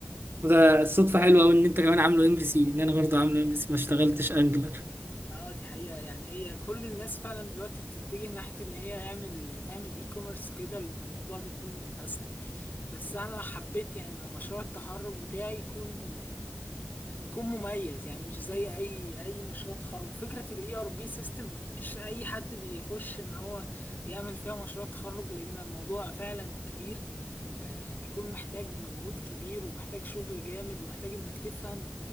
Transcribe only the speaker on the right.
وده صدفة حلوة أوي إن أنت كمان عامله ام في سي إن أنا برضه عامله ام في سي ما اشتغلتش أنجلر